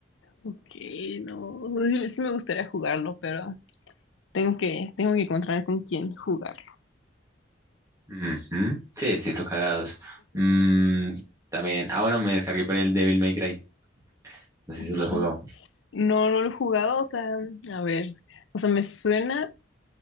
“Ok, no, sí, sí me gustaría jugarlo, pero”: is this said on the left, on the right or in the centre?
Left